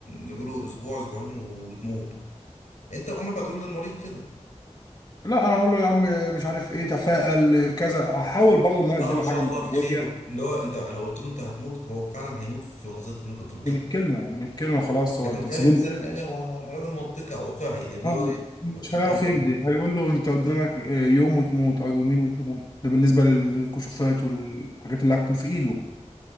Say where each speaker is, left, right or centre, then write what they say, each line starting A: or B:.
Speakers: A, on the left (about 85°); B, on the left (about 35°).
A: زي ما بيقولوا اسبوع اسبوعين وتموت انت عمرك ما تقول للمريض كده
B: لا انا هقول له يا عم مش عارف ايه تفائل كذا احاول برضه ان انا اديله
A: اه ان شاء
B: حاجه
A: الله
B: معنويه
A: في خير اللي هو انت لو قلت له انت هتموت هو فعلا هيموت في لحظتها اللي انت قلت له كده
B: من الكلمه من الكلمه خلاص
A: لكن
B: هو انت
A: بيتهيألي
B: اتصدمت
A: الانسان الالي هو راجل منطقي او واقعي اللي
B: آه،
A: هو ايه
B: مش
A: في
B: هيعرف
A: انت
B: يكذب هيقول له انت قدامك آه، يوم وتموت او يومين وتموت ده بالنسبه للكشوفات والحاجات اللي هتكون في ايده